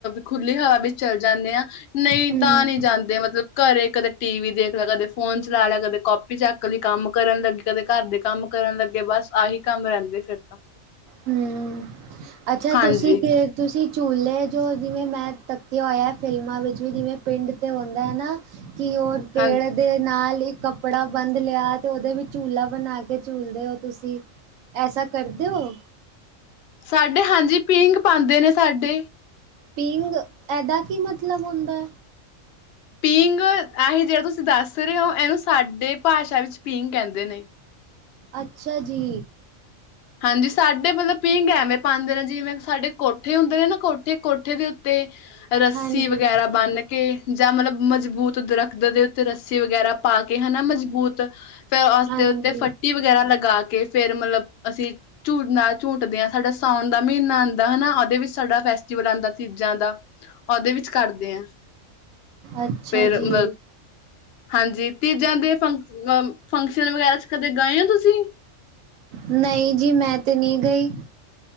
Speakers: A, on the left; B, on the right.
A: ਖੁੱਲੀ ਹਵਾ ਵਿੱਚ ਚੱਲ ਜਾਂਨੇ ਹਾਂ, ਨਹੀਂ
B: ਹੂੰ।
A: ਤਾਂ ਨਹੀ ਜਾਂਦੇ ਮਤਲਬ ਘਰੇ ਕਦੇ ਟੀ ਵੀ ਦੇਖ ਲਿਆ, ਕਦੇ ਫੋਨ ਚਲਾ ਲਿਆ, ਕਦੇ ਕਾਪੀ ਚੈੱਕ ਲਈ ਕੰਮ ਕਰਨ ਲੱਗੀ, ਕਦੇ ਘਰ ਦੇ ਕੰਮ ਕਰਨ ਲੱਗੇ, ਬਸ ਆਹੀ ਕੰਮ ਰਹਿੰਦੇ ਫਿਰ ਤਾਂ।
B: ਹਮ, ਅੱਛਾ
A: ਹਾਂਜੀ।
B: ਤੁਸੀਂ ਫੇਰ ਤੁਸੀਂ ਝੂਲੇ ਜੋ ਜਿਵੇਂ ਮੈਂ ਤਕਿਆ ਹੋਇਆ ਫਿਲਮਾਂ ਵਿੱਚ ਵੀ, ਜਿਵੇਂ ਪਿੰਡ ਤੇ ਹੁੰਦਾ ਹੈ ਨਾ ਕਿ ਉਹ ਪੇੜ
A: ਹਾਂ
B: ਦੇ ਨਾਲ ਇੱਕ ਕੱਪੜਾ ਬੰਦ ਲਿਆ, ਤੇ ਉਹਦੇ ਵਿੱਚ ਝੂਲਾ ਬਣਾ ਕੇ ਝੂਲਦੇ ਹੋ ਤੁਸੀ। ਐਸਾ ਕਰ ਦੇ ਔ?
A: ਸਾਡੇ ਹਾਂਜੀ, ਪੀਂਘ ਪਾਂਦੇ ਨੇ ਸਾਡੇ
B: ਪੀਂਗ, ਏਹਦਾ ਕੀ ਮਤਲਬ ਹੁੰਦਾ?
A: ਪੀਂਗ, ਏਹੀ ਜਿਹੜਾ ਤੁਸੀਂ ਦੱਸ ਰਹੇ ਹੋ, ਇਹਨੂੰ ਸਾਡੇ ਭਾਸ਼ਾ ਵਿੱਚ ਪੀਂਗ ਕਹਿੰਦੇ ਨੇ।
B: ਅੱਛਾ ਜੀ।
A: ਹਾਂਜੀ ਸਾਡੇ ਮਤਲਬ ਪੀਂਗ ਐਵੇਂ ਪਾਉਂਦੇ ਨੇ, ਜਿਵੇਂ ਸਾਡੇ ਕੋਠੇ ਹੁੰਦੇ ਨੇ ਨਾ ਕੋਠੇ, ਕੋਠੇ ਦੇ ਉੱਤੇ ਰੱਸੀ
B: ਹਾਂਜੀ,
A: ਵਗੈਰਾ ਬੰਨ ਕੇ ਜਾਂ ਮਤਲਬ ਮਜ਼ਬੂਤ ਦਰਖਤ ਦੇ ਉੱਤੇ, ਰੱਸੀ ਵਗੈਰਾ ਪਾ ਕੇ ਹੈਨਾ ਮਜ਼ਬੂਤ ਫੇਰ ਉਸਦੇ
B: ਹਾਂਜੀ,
A: ਉੱਤੇ ਫੱਟੀ ਵਗੈਰਾ ਲਗਾ ਕੇ, ਫੇਰ ਮਤਲਬ ਅਸੀ ਝੂਲਨਾ ਝੂਟਦੇ ਆ, ਸਾਡਾ ਸਾਉਣ ਦਾ ਮਹੀਨਾ ਆਉਂਦਾ ਹੈਨਾ, ਉਹਦੇ ਵਿੱਚ ਸਾਡਾ ਫੈਸਟੀਵਲ ਆਉਂਦਾ ਤੀਜਾਂ ਦਾ ਉਹਦੇ ਵਿੱਚ ਕਰਦੇ ਹਾਂ,
B: ਅੱਛਾ
A: ਫੇਰ
B: ਜੀ,
A: ਮ ਹਾਂਜੀ, ਤੀਜਾਂ ਦੇ ਫੰ ਅ ਫੰਕਸ਼ਨ ਵਗੈਰਾ 'ਚ ਕਦੇ ਗਏ ਹੋ ਤੁਸੀ?
B: ਨਹੀਂ ਜੀ, ਮੈਂ ਤੇ ਨਹੀ ਗਈ।